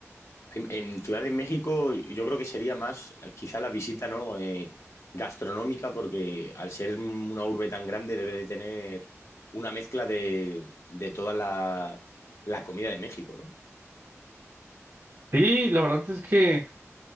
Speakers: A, on the left; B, on the right.
A: En, en Ciudad de México yo creo que sería más quizá la visita, ¿no? eh, gastronómica, porque al ser una urbe tan grande debe de tener una mezcla de, de toda la, la comida de México, ¿no?
B: Sí, la verdad es que